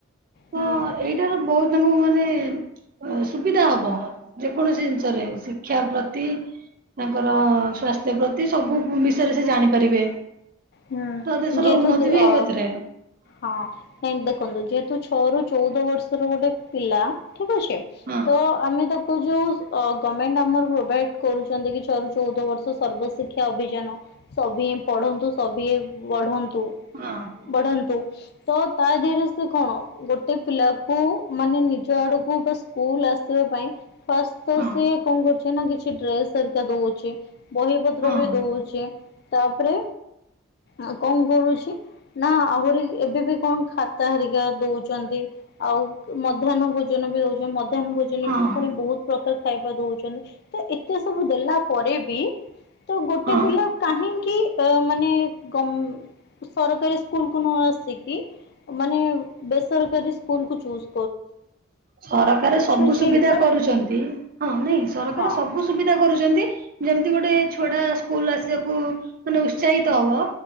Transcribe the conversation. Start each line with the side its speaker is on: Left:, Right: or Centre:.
Right: ହ
Left: ହୁଁ
Right: ଏଇଟାର ବହୁତ ତାଙ୍କୁ ମାନେ ସୁବିଧା ହବ ଯେକୌଣସି ଜିନିଷରେ ଶିକ୍ଷା ପ୍ରତି ତାଙ୍କର ସ୍ବାସ୍ଥ୍ୟ ପ୍ରତି ସବୁ ବିଷୟରେ ସେ ଜାଣିପାରିବେ।
Left: ହୁଁ
Right: ତ ଦେଶର
Left: ଯିଏ
Right: ଉନ୍ନତି
Left: ଠୁ ଦିଅ
Right: ବି ହେବ ଏଥିରେ
Left: ହଁ ନାଇଁ ଦେଖନ୍ତୁ ଯେହେତୁ ଛଅ ରୁ ଚଉଦ ବର୍ଷର ଗୋଟେ ପିଲା ଠିକ ଅଛି
Right: ହଁ
Left: ତ ଆମେ ତାକୁ ଏ ଯୋଉ ଗଭର୍ଣ୍ଣମେଣ୍ଟ ଆମର ପ୍ରୋଭାଇଡ କରୁଛନ୍ତି କି ଛଅ ରୁ ଚଉଦ ବର୍ଷ ସର୍ବଶିକ୍ଷା ଅଭିଯାନ ସଭିଏଁ ପଢନ୍ତୁ ସଭିଏଁ ବଢନ୍ତୁ।
Right: ହଁ।
Left: ବଢ଼ନ୍ତୁ। ତ ତା ଦେହରୁ ସେ କଣ ଗୋଟେ ପିଲାକୁ ମାନେ ନିଜ ଆଡକୁ ବାସ ସ୍କୁଲ ଆସିବା ପାଇଁ ଫାଷ୍ଟ ତ
Right: ହଁ
Left: ସିଏ କଣ କରୁଛି ନା କିଛି ଡ୍ରେସ ହେରିକା ଦଉଛି ବହି ପତ୍ର
Right: ହଁ
Left: ବି ଦଉଛି ତାପରେ ଆଉ କଣ କରୁଛି ନା ଆହୁରି ଏବେ ବି କଣ ଖାତା ଖାତା ହାରିକା ଦଉଛନ୍ତି ଆଉ ମଧ୍ୟାହ୍ନ ଭୋଜନ ବି ଦଉଛନ୍ତି ମଧ୍ୟାହ୍ନ ଭୋଜନ
Right: ହଁ
Left: ତିନି ପୁଣି ବହୁତ ପ୍ରକାର ଖାଇବା ଦଉଛନ୍ତି ତ ଏତେ ସବୁ ଦେଲା ପରେ ବି ତ ଗୋଟେ
Right: ହଁ
Left: ପିଲା କାହିଁକି ଅ ମାନେ ଗମ୍ ସରକାରୀ ସ୍କୁଲ କୁ ନ ଆସି କି ମାନେ ବେସରକାରୀ ସ୍କୁଲ କୁ ଚୁଜ୍
Right: ସରକାର ସବୁ
Left: ଅଛି
Right: ସୁବିଧା
Left: ଏ ବିଷୟରେ?
Right: କରୁଛନ୍ତି ହଁ ନାଇଁ ସରକାର
Left: ହଁ
Right: ସବୁ ସୁବିଧା କରୁଛନ୍ତି ଯେମିତି ଗୋଟେ ଛୁଆଟା ସ୍କୁଲ ଆସିବାକୁ ମାନେ ଉତ୍ସାହିତ ହବ।